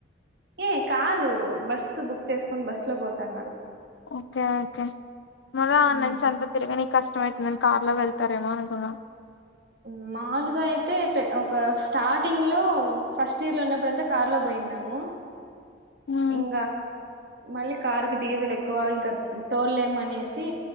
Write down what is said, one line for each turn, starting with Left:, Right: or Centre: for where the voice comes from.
Right: ఏ కాదు బస్సు బుక్ చేసుకొని బస్ లో పోతన్నారు
Left: ఓకే ఓకే మళ్ళ ఆడ
Right: ఉమ్,
Left: నుంచి అంత తిరగని కష్టము అవుతుందండి కార్ లో వెళ్తారేమో అనుకున్నా
Right: ఆమ్ మామూలుగా అయితే ఒక స్టార్టింగ్ లో ఫస్ట్ ఇయర్ లో ఉన్నప్పుడు అంతా కార్ లో పోయిన్నాము
Left: ఉమ్
Right: ఇంకా మళ్ళీ కార్ కి డీజిల్ ఎక్కువ ఇంకా తోల్ లేము అనేసి